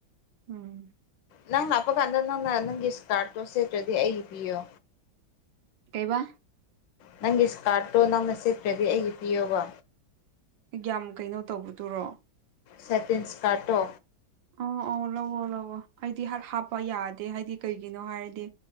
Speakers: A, on the right; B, on the left.
A: ꯎꯝ
B: ꯅꯪ ꯂꯥꯛꯄ ꯀꯥꯟꯗ ꯅꯪꯅ ꯅꯪꯒꯤ ꯏꯁꯀꯥꯔꯠꯇꯣ ꯁꯦꯠꯇ꯭ꯔꯗꯤ ꯑꯩ ꯄꯤꯌꯣ
A: ꯀꯩꯕ
B: ꯅꯪꯒꯤ ꯏꯁ ꯀꯥꯔꯠꯇꯣ ꯅꯪꯅ ꯁꯦꯠꯠꯇ꯭ꯔꯗꯤ ꯑꯩꯒꯤ ꯄꯤꯌꯣꯕ
A: ꯒ꯭ꯌꯥꯝ ꯀꯩꯅꯣ ꯇꯧꯕꯗꯨꯔꯣ
B: ꯁꯦꯇꯤꯟꯁꯀꯥꯇꯣ
A: ꯑ ꯑꯣ ꯂꯧꯑꯣ ꯂꯧꯑꯣ ꯍꯥꯏꯗꯤ ꯍꯥꯞꯄ ꯌꯥꯗꯦ ꯍꯥꯏꯗꯤ ꯀꯩꯒꯤꯅꯣ ꯍꯥꯏꯔꯗꯤ